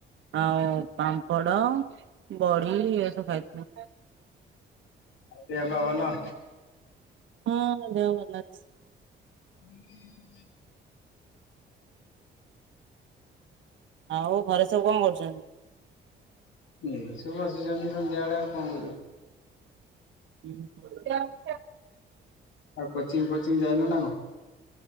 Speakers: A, on the right; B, on the left.
A: ଆଉ ପାମ୍ପଡ, ବଢ଼ି ଏ ସବୁ ଖାଇଥିଲି।
B: ଆଉ ଦେହ ପା ଭଲ?
A: ହଁ ମୋ ଦେହ ଭଲ ଅଛି।
B: <inaudible>
A: ଆଉ ଘରେ ସବୁ କଣ କରୁଛନ୍ତି?
B: ଏଇ ସବୁ ବସିଛନ୍ତି ସନ୍ଧ୍ୟାବେଳେ ଆଉ କଣ କରିବ।
A: ହ
B: ଆଉ କୋଚିଙ୍ଗ ଫୋଚିଙ୍ଗ ଯାଇନ ନାଁ କଣ?